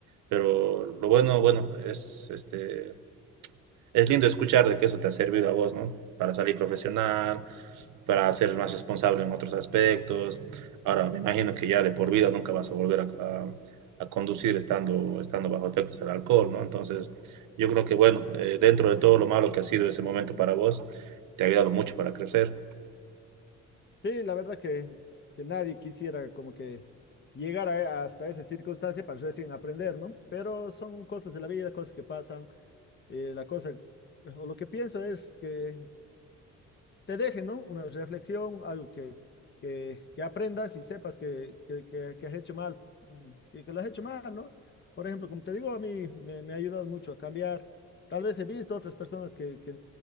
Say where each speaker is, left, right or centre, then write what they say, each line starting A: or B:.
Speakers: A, on the right; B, on the left.
A: pero lo bueno, bueno, es este, es lindo escuchar de que eso te ha servido a vos, ¿no? Para salir profesional, para ser más responsable en otros aspectos. Ahora, me imagino que ya de por vida nunca vas a volver a, a, a conducir estando, estando bajo efectos del alcohol, ¿no? Entonces, yo creo que, bueno, eh, dentro de todo lo malo que ha sido ese momento para vos, te ha ayudado mucho para crecer.
B: Sí, la verdad que, que nadie quisiera como que llegar a- hasta esa circunstancia para recién aprender, ¿no? Pero son cosas de la vida, cosas que pasan. eh, la cosa, o lo que pienso es que te deje, ¿no? Una reflexión, algo que, que, que aprendas y sepas que, que, que- que has hecho mal, mm, que, que lo has hecho mal, ¿no? Por ejemplo, como te digo, a mí me, me ha ayudado mucho a cambiar. Tal vez he visto otras personas que, que